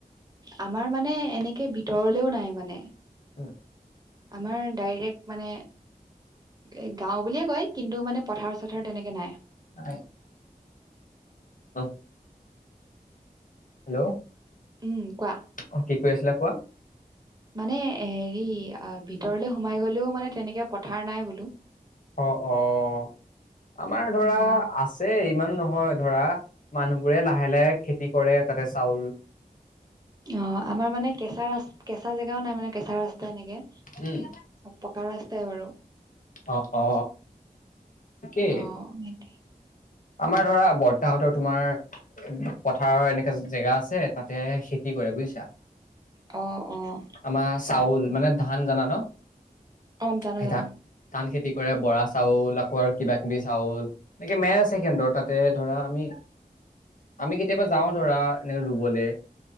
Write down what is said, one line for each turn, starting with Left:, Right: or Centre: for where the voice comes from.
Right: আমাৰ মানে এনেকে ভিতৰলেও নাই মানে।
Left: উম।
Right: আমাৰ ডাইৰেক্ট মানে এ গাও বুলিয়ে কয় কিন্তু মানে পথাৰ-চথাৰ তেনেকৈ নাই।
Left: হয়। অ'। হেল্লো'
Right: উম, কোৱা।
Left: অ' কি কৈ আছিলা কোৱা?
Right: মানে হেৰি ভিতৰলে সোমাই গলেও মানে তেনেকে পথাৰ নাই বোলো।
Left: অ', অ' আমাৰ ধৰা
Right: উম
Left: আছে যে ইমানো নহয় ধৰা, মানুহবোৰে লাহে-লাহে খেতি কৰে তাতে চাউল
Right: অ'আমাৰ মানে কেঁচা-ৰা-কেঁচা জেগাও নাই মানে কেঁচা ৰাস্তা এনেকে।
Left: উম
Right: চব পকা ৰাস্তাই বাৰু।
Left: অ অ ঠিকেই
Right: অ'।
Left: আমাৰ ধৰা বৰতাহতৰ তোমাৰ পথাৰৰ এনেকা জেগা আছে তাতে খেতি কৰে বুজিছা।
Right: অঁ', অঁ'।
Left: আমাৰ চাউল মানে ধান জানা ন?
Right: অ জানো
Left: সে
Right: জানো
Left: ধান ধান খেতি কৰে বৰা চাউল আকৌ আৰু কিবা কিবি চাউল। এনেকে <unintelligible> <unintelligible> তাতে ধৰা আমি, আমি কেতিয়াবা যাও ধৰা এনে ৰুবলে।